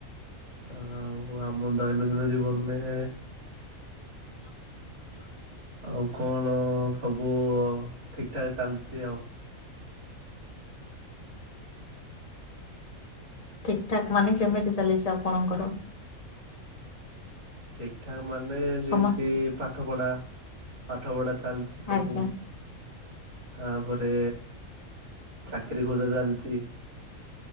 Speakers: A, on the right; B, on the left.
A: ଆଉ ଆମ ଦୈନନ୍ଦିନ ଜୀବନରେ <inaudible> ଆଉ କଣ ସବୁ ଠିକଠାକ ଚାଲିଛି ଆଉ?
B: <inaudible> ଠିକ ଠାକ ମାନେ କେମିତି ଚାଲିଛି ଆପଣଙ୍କର?
A: ଠିକ ଠାକ ମାନେ ଯେମିତି
B: ସମସ୍ତ
A: ପାଠ ପଢା ପାଠ ପଢା ଚାଲିଛି ସବୁ
B: ଆଜ୍ଞା
A: ତାପରେ ଚାକିରି ଖୋଜା ଚାଲିଛି